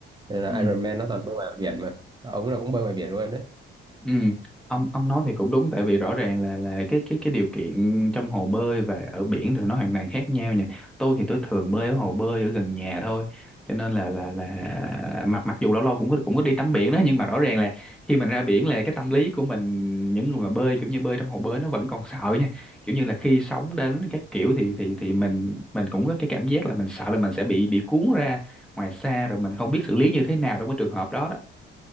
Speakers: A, on the right; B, in the centre.
A: nên là
B: ừ
A: Ironman nó toàn bơi ngoài biển mà ông là cũng bơi ngoài biển luôn đấy
B: Ừ, ông ông nói thì cũng đúng tại vì rõ ràng là là cái cái cái điều kiện trong hồ bơi và ở biển thì nó hoàn toàn khác nhau nha. Tôi thì tôi thường bơi ở hồ bơi ở gần nhà thôi. Cho nên là là là mặc mặc dù lâu lâu cũng có cũng có đi tắm biển đó nhưng mà rõ ràng là khi mình ra biển là cái tâm lý của mình những người mà bơi kiểu như bơi trong hồ bơi nó vẫn còn sợ nha. Kiểu như là khi sóng đến các kiểu thì thì thì mình mình cũng có cái cảm giác là mình sợ là mình sẽ bị bị cuốn ra ngoài xa rồi mình không biết xử lý như thế nào trong cái trường hợp đó đó.